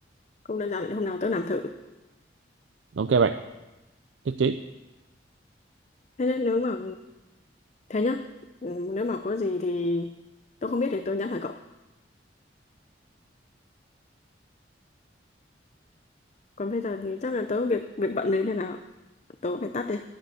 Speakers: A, on the left; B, on the right.
A: không đơn giản hôm nào tớ làm thử
B: ok bạn nhất trí
A: thế nhá nếu mà thế nhá Ừ, nếu mà có gì thì tớ không biết thì tớ nhắn hỏi cậu còn bây giờ thì chắc là tớ việc việc bận đấy nên là tớ phải tắt đi